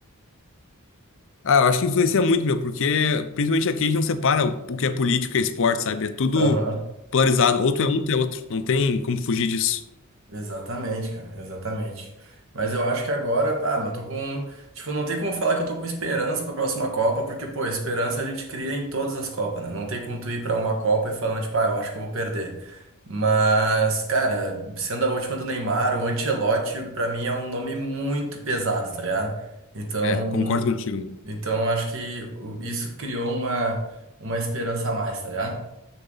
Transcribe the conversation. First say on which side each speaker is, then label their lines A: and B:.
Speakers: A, on the left; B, on the right.
A: Ah, eu acho que influencia muito, meu, porque principalmente aqui a gente não separa o que é política e esporte, sabe? É tudo
B: Aham.
A: polarizado. Ou tu é um, ou tu é outro. Não tem como fugir disso.
B: Exatamente, cara, exatamente. Mas eu acho que agora, ah, meu, eu tô com, tipo, não tem como falar que eu tô com esperança pra próxima Copa, porque, pô, esperança a gente cria em todas as Copas, né? Não tem como tu ir pra uma Copa e falando, tipo, ah, eu acho que eu vou perder. Mas, cara, sendo a última do Neymar, o Ancelotti, pra mim é um nome muito pesado, tá ligado? Então,
A: É, concordo contigo, meu.
B: então acho que o- isso criou uma, uma esperança a mais, tá ligado?